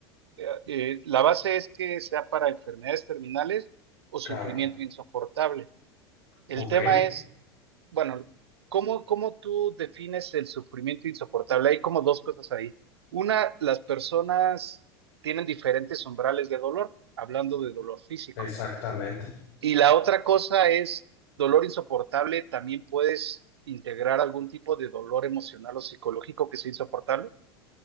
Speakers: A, on the right; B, on the left.
A: eh, eh, la base es que sea para enfermedades terminales o sufrimiento
B: claro.
A: insoportable. El
B: Ok,
A: tema es Bueno, ¿cómo, cómo tú defines el sufrimiento insoportable? Hay como dos cosas ahí. Una, las personas tienen diferentes umbrales de dolor, hablando de dolor físico.
B: exactamente.
A: Y la otra cosa es, dolor insoportable, ¿también puedes integrar algún tipo de dolor emocional o psicológico que sea insoportable?